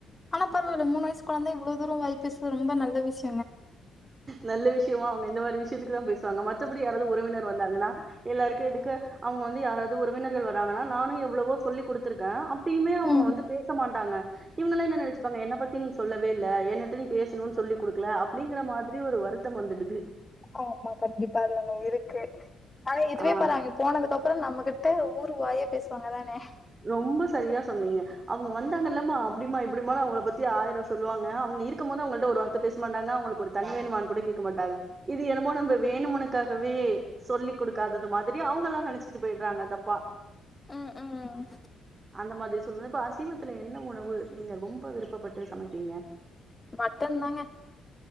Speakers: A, on the left; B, on the right.
A: ஆனா பரவால மூண வயசு கொழந்த இவ்வளவு தூரம்வாய் பேசுரது ரொம்ப நல்ல விஷயம்
B: நல்ல விஷயமா அவங்க இந்த மாதிரி விஷயம் இதுக்கு தான் பேசுவாங்க மாரி மத்தபடி யாராவது உறவினர் வந்தாங்கன்னா எல்லாருக்கும் இதுக்கு அவங்க வந்து யாராவது ஒரு வீரர்கள் வராங்கன்னா நானும் எவ்வளவோ சொல்லி கொடுத்திருக்கேன் அப்பயுமே அவங்க
A: ம்.
B: வந்து பேச மாட்டாங்க இவங்கள நினைச்சப்பாங்க என்ன பத்தி நீ சொல்லவே இல்லை என்னிட்ட நீ பேசணும்னு சொல்லி கொடுக்கல அப்ப அப்படிங்கற மாதிரி ஒரு வருத்தம் வந்துடுது
A: ஆமா கண்டிப்பா அதுல ஒண்ணு இருக்கு ஆனா இதுவே
B: ஆ
A: பாருங்க போனதுக்கு அப்புறம் நம்மகிட்ட ஊர் வாயே பேசுவாங்க அதானே
B: ரொம்ப சரியா சொன்னீங்க அவங்க வந்தாங்க இல்லம்மா அப்படிமா இப்படிமா அவங்கள பத்தி ஆயிரோ சொல்லுவாங்க அவங்க இருக்கு போது அவங்கள்ட ஒரு வார்த்தை பேச மாட்டாங்க அவங்களுக்கு ஒரு தண்ணி வேணுமான்னு கூட கேட்க மாட்டாங்க இது எனனமோ நம்ம வேணுமனுக்காகவே சொல்லி் கொடுக்காதது மாதிரி அவங்க எல்லா நினைச்சிட்டு போயிடுறாங்க தப்பா
A: ம் ம்
B: அந்த மாதிரி சொல்ல இப்ப அசைவத்துல என்ன உணவு நீங்க ரொம்ப விருப்பப்பட்டு சமைப்பீங்க
A: மட்டன் தாங்க